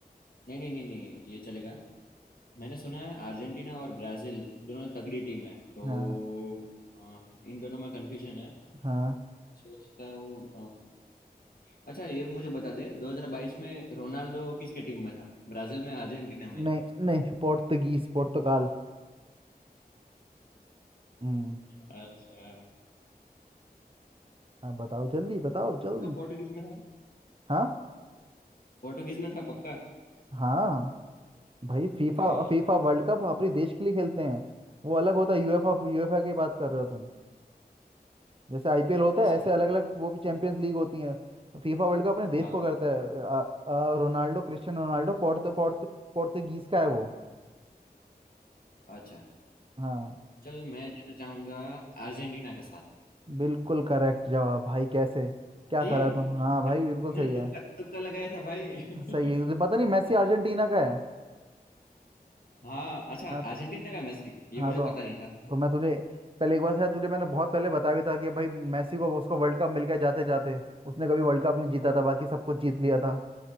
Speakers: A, on the left; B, on the right.
A: नहीं नहीं नहीं नहीं ये चलेगा मैंने सुना है अर्जेंटीना और ब्राजील दोनों तगड़ी टीम है तो
B: हाँ।
A: अ, इन दोनों में कंफ्यूजन है
B: हाँ
A: सोचता हूँ अ, अच्छा ये मुझे बता दे 2022 में रोनाल्डो किसके टीम में था ब्राजील में अर्जेंटीना में
B: नहीं नहीं पोर्तुगीज पुर्तगाल हम्म
A: अच्छा
B: हाँ बताओ जल्दी बताओ जल्दी
A: पक्का पोर्टुगीज में था
B: हाँ
A: पोर्टुगीज में था पक्का
B: हाँ भाई फीफा
A: अरे यार
B: फीफा वर्ल्ड कप अपने देश के लिए खेलते हैं वो अलग होता है यूएफा यूएफा की बात कर रहे हो तुम जैसे आईपीएल
A: अच्छा
B: होता है ऐसे अलग
A: तो
B: अलग वो भी चैंपियंस लीग होती है फीफा वर्ल्ड कप अपने देश
A: हाँ
B: को करता है आ, आ, रोनाल्डो क्रिस्टियानो रोनाल्डो पोर्त पोर्त पोर्तुगीज का है वो
A: अच्छा
B: हाँ
A: चल मैं जाना चाहूंगा अर्जेंटीना के साथ
B: बिल्कुल करेक्ट जवाब भाई कैसे क्या
A: सही
B: करा
A: है
B: तुम हाँ भाई बिल्कुल
A: मैंने
B: सही है
A: तुक्का तुक्का लगाया था भाई <laughs>
B: सही है पता नहीं मेसी अर्जेंटीना का है
A: हाँ अच्छा
B: हाँ तो
A: अर्जेंटीना का मैच थी ये
B: हाँ
A: मुझे
B: तो
A: पता नहीं था
B: तो मैं तुझे पहले एक बार शायद तुझे मैंने बहुत पहले बताया भी था कि भाई मेसी को उसको वर्ल्ड कप मिल गया जाते जाते उसने कभी वर्ल्ड कप नहीं जीता था बाकी सब कुछ जीत लिया था